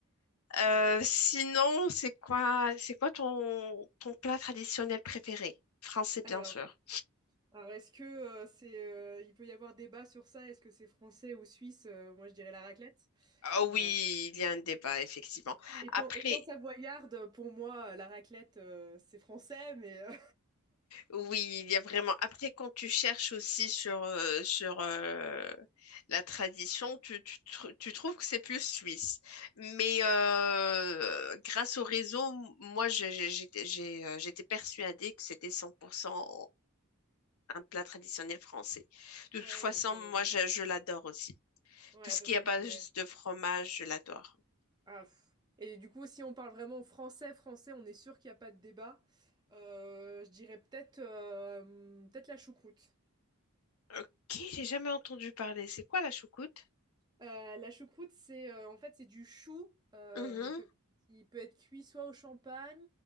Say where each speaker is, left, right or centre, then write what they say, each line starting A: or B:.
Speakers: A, on the left; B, on the right.
A: Euh, sinon, c'est quoi, c'est quoi ton, ton plat traditionnel préféré? Français, bien
B: Alors,
A: sûr.
B: alors est-ce que euh, c'est, euh, il peut y avoir débat sur ça? Est-ce que c'est français ou suisse? Euh, moi, je dirais la raclette.
A: Ah oui,
B: Euh,
A: il y a un débat, effectivement.
B: étant,
A: Après,
B: étant savoyarde, pour moi, la raclette, euh, c'est français, mais euh,
A: oui, il y a vraiment. Après, quand tu cherches aussi sur, euh, sur euh, la tradition, tu, tu, tr- tu trouves que c'est plus suisse. Mais euh, grâce au réseau, moi, j'ai- j'ai- j'étais j'ai, euh, j'étais persuadée que c'était 100% un plat traditionnel français.
B: <laughs>
A: De
B: ouais,
A: toute façon,
B: donc euh,
A: moi, je, je l'adore aussi.
B: ouais,
A: Tout ce
B: ça
A: qui
B: c'est
A: est à base
B: bon. ouais.
A: de fromage, je l'adore.
B: Ah, pff. Et du coup, si on parle vraiment français, français, on est sûr qu'il n'y a pas de débat. Euh, je dirais peut-être euh, peut-être la choucroute.
A: Ok, j'ai jamais entendu parler. C'est quoi la choucroute?
B: Euh, la choucroute, c'est euh, en fait c'est du chou euh,
A: Mhm,
B: donc, euh, qui peut être cuit soit au champagne,